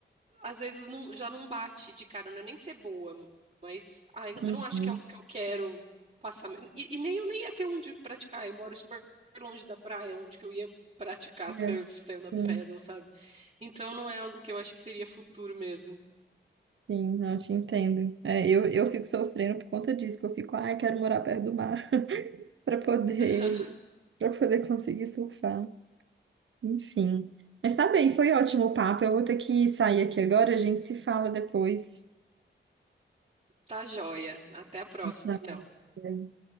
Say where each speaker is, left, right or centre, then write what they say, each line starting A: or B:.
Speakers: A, on the right (about 35°); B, on the right (about 80°).
A: às vezes não- já não bate de cara, não é nem ser boa, mas ai, não-
B: uhum.
A: eu não acho que é algo que eu quero passar. me- E, e nem eu nem ia ter onde praticar. Eu moro super longe da praia, onde que eu ia praticar
B: É,
A: surf, stand-up
B: sim,
A: paddle, sabe? Então não é algo que eu acho que teria futuro mesmo.
B: sim, não te entendo. É, eu, eu fico sofrendo por conta disso, que eu fico, ai, quero morar perto do mar <laughs> para poder
A: <laughs>
B: para poder conseguir surfar. Enfim. Mas tá bem, foi ótimo o papo. Eu vou ter que sair aqui agora, a gente se fala depois.
A: Tá joia. Até a próxima,
B: Tá.
A: então.
B: bem.